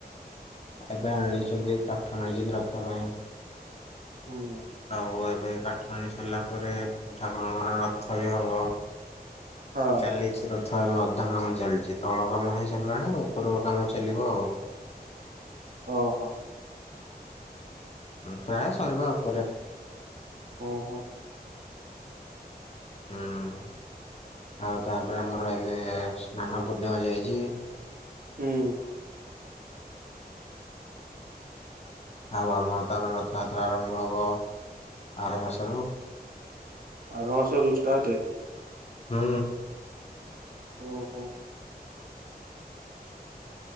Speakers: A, on the left; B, on the right.
A: ଏବେ ଆଣିଛନ୍ତି କାଠ ଆଣିଛନ୍ତି ରଥ ପାଇଁ।
B: ହୁଁ
A: ଆଉ ଏବେ କା କାଠ ଆଣି ସାରିଲା ପରେ ଠାକୁରଙ୍କର ରଥ ବି ହବ,
B: ହଁ
A: ଚାଲିଛି ର ଥ ବି ଅଧା କାମ ଚାଲିଛି ତଳ କାମ ହେଇସାରିଲାଣି ଉପର କାମ ଚାଲିବ ଆଉ।
B: ଓହୋ।
A: ପ୍ରାୟ ସରିବା ଉପରେ।
B: ଉଁ ହୁଁ।
A: ହୁଁ ଆଉ ତାପରେ ଆମର ଏବେ ସ୍ନାନ ପୂର୍ଣ୍ଣିମା ଯାଇଛି।
B: ହୁଁ।
A: ଆଉ ଆମର ତାପରେ ରଥଯାତ୍ରା ଆରମ୍ଭ ହେବ ଆର ମାସରୁ।
B: ଆରମାସରୁ ଷ୍ଟାର୍ଟ
A: ହୁଁ।
B: ଓହୋ।